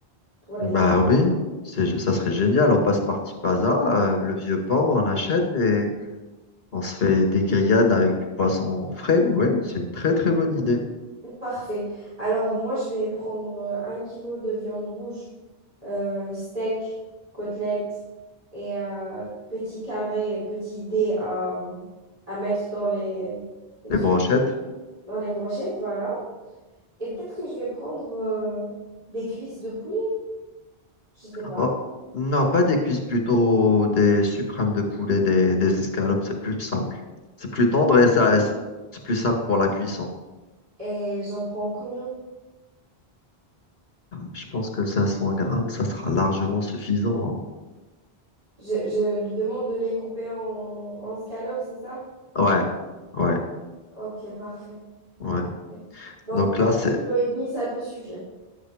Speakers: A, on the right; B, on the left.
A: pour les...
B: Bah oui, c'est, ça serait génial. On passe par Tipaza, euh, le vieux port, on achète et on se fait des grillades avec du poisson frais. Oui, c'est une très très bonne idée.
A: Parfait. Alors, moi, je vais prendre euh, un kilo de viande rouge, euh, steak, côtelette et euh, petits carrés, petits dés à, à mettre dans les, les
B: Des
A: trucs,
B: brochettes.
A: dans les brochettes, voilà. Et peut-être que je vais prendre euh, des cuisses de poulet, je sais pas.
B: Oh, non, pas des cuisses, plutôt des suprêmes de poulet, des, des escalopes. C'est plus simple. C'est plus tendre et ça, c'est c'est plus simple pour la cuisson.
A: Et j'en prends combien?
B: Je pense que 500 grammes, ça sera largement suffisant.
A: Je, je lui demande de les couper en, en scallops, c'est ça?
B: hein. Ouais, ouais,
A: Ok, parfait.
B: ouais.
A: Ouais. Donc,
B: Donc là, c'est
A: un kilo et demi, ça peut suffire.